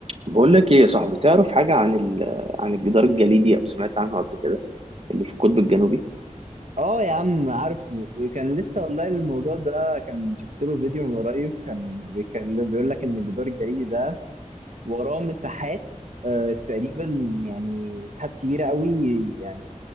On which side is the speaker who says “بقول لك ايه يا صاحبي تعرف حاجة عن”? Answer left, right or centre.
Right